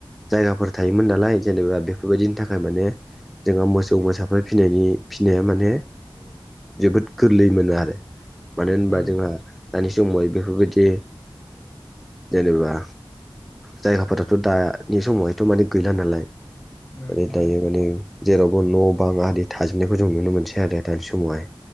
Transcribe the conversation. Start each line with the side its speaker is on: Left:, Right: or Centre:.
Centre: जायगाफोर थायोमोन नालाय जेनेबा बेफोरबायदिनि थाखाय माने जोंहा मोसौ मोसाफोर फिनायनि फिसिनाया माने जोबोद गोरलै मोनो आरो मानो होनबा
Left: उम
Centre: जोंहा दानि समावहाय बेफोरबायदि जेनेबा जायगाफोराथ' दानि समावहायथ' माने गैला नालाय।
Left: उम
Centre: आरो
Left: नंगौ
Centre: दायो माने जेरावबो न' बां आरि थाजोबनायखौ जों नुनो मोनसै आरो दानि समावहाय